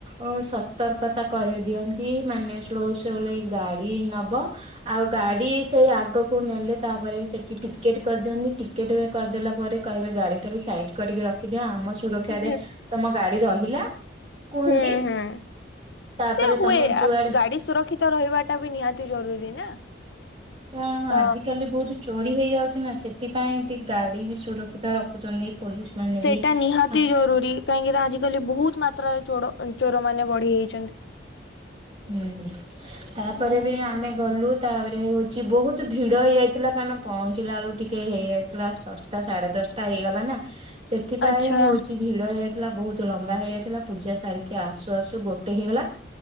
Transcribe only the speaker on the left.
ହୁଁ
ହୁଁ ହୁଁ
ସେ
ହୁଏ
ଗାଡି ସୁରକ୍ଷିତ ରହିବାଟା ବି ନିହାତି ଜରୁରୀ ନା
ତ
ସେଇଟା
ନିହାତି
ଜରୁରୀ କାହିଁକିନା ଆଜିକାଲି ବହୁତ ମାତ୍ରାରେ ଚୋର ଚୋର ମାନେ ବଢିଯାଇଛି
ହୁଁ
ଆଚ୍ଛା